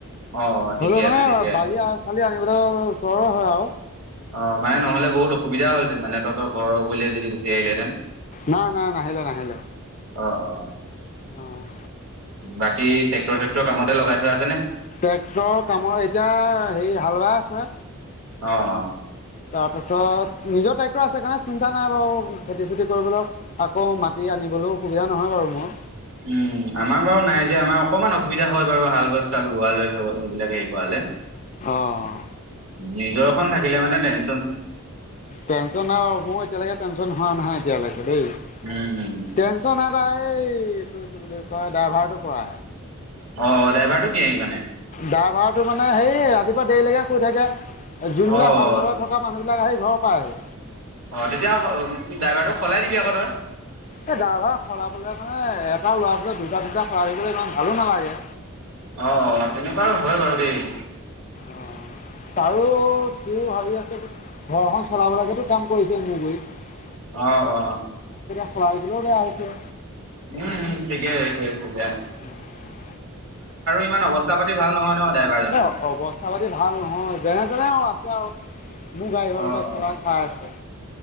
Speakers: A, on the right; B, on the left.
A: অ অ ঠিকে
B: হ'লেও মানে
A: আছে ঠিকে আছে
B: বালি চালি আনিবলৈ ওচৰৰে হয় আৰু,
A: অ' মানেহলে বহুত অসুবিধ হলহঁতে মান তহত ঘৰ গৈলে যদি গুচ আহিলহেতেন
B: না-না নাহিলে- নাহিলে
A: অ' অ'
B: অ'
A: বাকী ট্ৰেক্টৰ চেক্টৰ কামতে লগাই থৈ আছেনে?
B: ট্ৰেক্টৰৰ কামৰ এতিয়া হেৰি হালবাই আছে।
A: অ অ
B: তাৰপাছত নিজৰ, আছে কাৰণে চিন্তা নাই বাৰু খেতি চেতি কৰিবলৈ আকৌ মাটি আনিবলৈও সুবিধা নহয় বাৰু মোৰ
A: উম, আমাৰ বাৰু নাই যে আমাৰ অকণমান অসুবিধা হয় বাৰু হাল বছ বোৱাালৈ এইবিলাক হেৰি কৰালে,
B: আহ
A: নিজৰ খ থাকিলে মানে ন'
B: টেনচন নাই বাৰু মোৰ এতিয়ালৈকে টেনচন হোৱা নহাই এতিয়ালৈকে দেই।
A: উম উম।
B: টেনচন এটা এই এইটো কি বুলি কয় ড্ৰাইভাৰটো কুৱা।
A: অ, ড্ৰাইভাৰটো কি মানে
B: গা ভাড়টো মানে সেই ৰাতিপুৱা দেৰিলৈকে শুই থাকে। যোনবিলাক
A: অ অ
B: হাল বাগ থকা মানুহ বিলাক আহি ঘৰৰ পৰা আহি,
A: অ', তেতিয়া ড্ৰাইভাৰটো সলাই দিবি আকৌ তই।
B: এই দা ভা খলাবলে মানে লোৱা পিছত দুটা, তিনটা সলাই থাকিবলৈ ইমান ভালো নালাগে।
A: অ', তেনেকুৱা হয়, বাৰু দেই।
B: অ'তাৰো হি ভাবি আছে ঘৰখন চলাবলকেতো কাম কৰিছে মোৰ গুৰিত।
A: অ', অ'।
B: পাৰিকলৈ বেয়া হৈছে
A: উম, উম, ঠিকে <unintelligible>
B: উম, উম।
A: ইমান অৱস্থা পাতি ভাল নহয় ন ড্ৰাইভাৰজনৰ
B: এ, অৱস্থা পাতি ভাল নহয়। যেনে-তেনে আৰু আছে আৰু মোৰ গাড়ীখনকে
A: অ
B: চলাই
A: অ
B: খাই আছে,